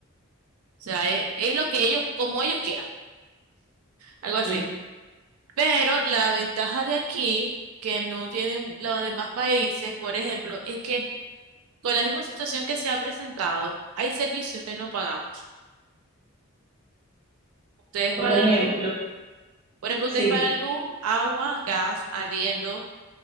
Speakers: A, on the right; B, on the right.
A: O sea, es, es lo que ellos, como ellos quieran, algo así.
B: mm,
A: Pero la ventaja de aquí, que no tienen los demás países, por ejemplo, es que con la misma situación que se ha presentado, hay servicios que no pagamos. Ustedes
B: Por
A: pagan
B: ejemplo,
A: luz, por ejemplo,
B: sí,
A: ustedes pagan luz, agua, gas, arriendo,